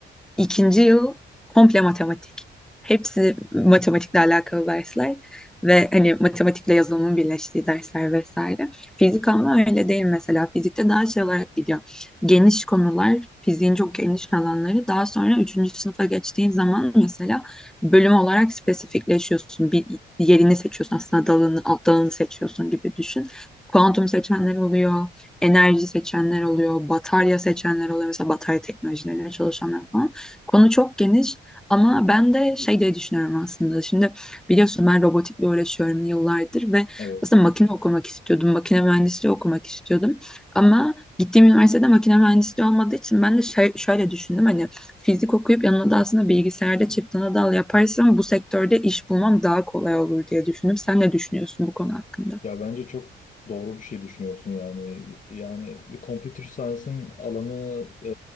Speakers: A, in the centre; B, on the left.
A: İkinci yıl komple matematik. Hepsi matematikle alakalı dersler ve hani matematikle yazılımın birleştiği dersler vesaire. Fizik ama öyle değil mesela. Fizikte daha şey olarak gidiyor. Geniş konular, fiziğin çok geniş alanları. Daha sonra üçüncü sınıfa geçtiğin zaman mesela bölüm olarak spesifikleşiyorsun. Bir yerini seçiyorsun aslında dalını, alt dalını seçiyorsun gibi düşün. Kuantum seçenler oluyor enerji seçenler oluyor, batarya seçenler oluyor. Mesela batarya teknolojileriyle çalışanlar falan. Konu çok geniş ama ben de şey diye düşünüyorum aslında. Şimdi biliyorsun ben robotikle uğraşıyorum yıllardır ve
B: Evet.
A: aslında makine okumak istiyordum. Makine mühendisliği okumak istiyordum. Ama gittiğim üniversitede makine mühendisliği olmadığı için ben de şey, şöyle düşündüm. Hani fizik okuyup yanına da aslında bilgisayarda çift ana dal yaparsam bu sektörde iş bulmam daha kolay olur diye düşündüm. Sen ne düşünüyorsun bu konu hakkında?
B: Ya bence çok doğru bir şey düşünüyorsun yani. Yani bir computer science'ın alanı e,